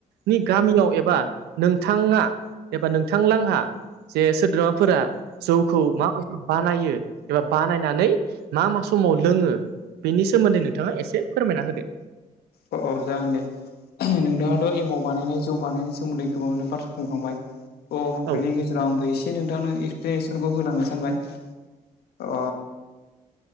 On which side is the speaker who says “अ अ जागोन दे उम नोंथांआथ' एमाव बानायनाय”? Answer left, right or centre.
Left